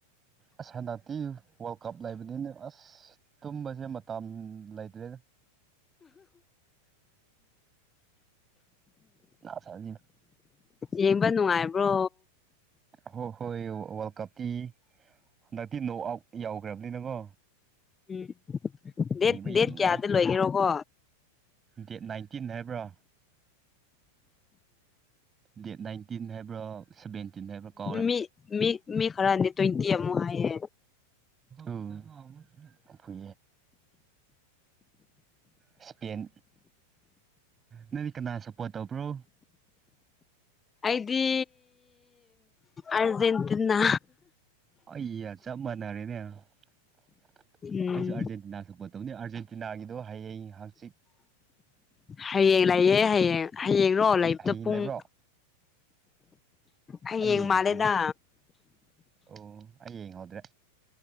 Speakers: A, on the right (about 20°); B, on the left (about 20°).
A: ꯑꯁ ꯍꯟꯗꯛꯇꯤ ꯋꯥꯔꯜ ꯀꯞ ꯂꯩꯕꯅꯤꯅꯦ ꯑꯁ ꯇꯨꯝꯕꯁꯦ ꯃꯇꯝ ꯂꯩꯇ꯭ꯔꯦꯗ ꯐꯥꯏꯖꯤ
B: ꯌꯦꯡꯕ ꯅꯨꯡꯉꯥꯏꯕ꯭ꯔꯣ
A: ꯍꯣꯏ ꯍꯣꯏ ꯋꯥꯔꯜ ꯀꯞꯇꯤ ꯍꯟꯗꯛꯇꯤ ꯅꯣ ꯑꯥꯎꯠ ꯌꯥꯎꯈ꯭ꯔꯕꯅꯤꯅꯀꯣ
B: ꯎꯝ ꯗꯦꯠ
A: ꯌꯦꯡꯕ ꯌꯥꯝ
B: ꯗꯦꯠ
A: ꯅꯨꯡꯉꯥꯏ
B: ꯀꯌꯥꯗ ꯂꯣꯏꯒꯦꯔꯣꯀꯣ
A: ꯗꯦꯠ ꯅꯥꯏꯟꯇꯤꯟ ꯍꯥꯏꯕ꯭ꯔꯣ ꯗꯦꯠ ꯅꯥꯏꯟꯇꯤꯟ ꯍꯥꯏꯕ꯭ꯔꯣ ꯁꯕꯦꯟ ꯇꯤꯟꯗꯥ ꯍꯥꯏꯕ꯭ꯔ ꯀꯥꯎꯔꯦ
B: ꯃꯤ ꯃꯤ ꯃꯤ ꯈꯔꯗꯤ ꯇ꯭ꯋꯦꯟꯇꯤ ꯑꯃꯨꯛ ꯍꯥꯏꯌꯦ
A: ꯎꯝ ꯐꯦ ꯏꯁꯄꯦꯟ ꯅꯪꯗꯤ ꯀꯅꯥꯁꯨꯄꯣꯠꯇꯕ꯭ꯔꯣ
B: ꯑꯩꯗꯤ ꯑꯔꯖꯦꯟꯇꯤꯅꯥ
A: ꯑꯩ ꯆꯞ ꯃꯥꯟꯅꯔꯦꯅꯦ ꯑꯩꯁꯨ
B: ꯎꯝ
A: ꯑꯔꯖꯦꯟꯇꯤꯅꯥ ꯁꯛꯄ ꯇꯧꯅꯤ ꯑꯥꯔꯖꯦꯟꯇꯤꯅꯥꯒꯤꯗꯣ ꯍꯌꯦꯡ ꯍꯥꯡꯆꯤꯠ
B: ꯍꯌꯦꯡ ꯂꯩꯌꯦꯦ ꯍꯌꯦꯡ ꯍꯌꯦꯡꯔꯣ
A: ꯍ-
B: ꯂꯩꯕꯗꯣ
A: ꯍꯌꯦꯡ
B: ꯄꯨꯡ
A: ꯂꯩꯕ꯭ꯔꯣ
B: ꯍꯌꯦꯡ
A: ꯑꯩ ꯌꯦꯡꯉꯧꯗ꯭ꯔꯤꯅꯤ
B: ꯃꯥꯜꯂꯦꯗ
A: ꯑꯣ ꯑꯩ ꯌꯦꯡꯉꯧꯗ꯭ꯔꯦ